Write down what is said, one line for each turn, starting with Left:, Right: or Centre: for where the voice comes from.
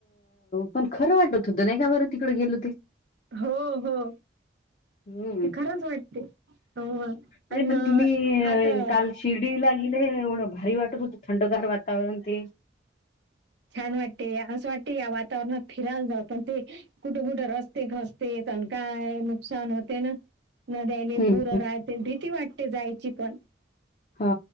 Left: पण खरं वाटत होतं नाही का बरं तिकडे गेलो ते.
Right: हो हो.
Left: हम्म
Right: ते खरंच वाटते हो
Left: नाही
Right: आणि
Left: पण तुम्ही
Right: आता
Left: काल शिर्डीला हिले एढं भारी वाटत होत थंडगार वातावरण ते.
Right: छान वाटते असं वाटते या वातावरणात फिरायला जाात पण ते कुठं कुठं रस्ते घसते. पण काय नुकसान होते ना. न द्यायले
Left: हम्म
Right: पुूरं राहते भीती वाटते जायची पण.
Left: हा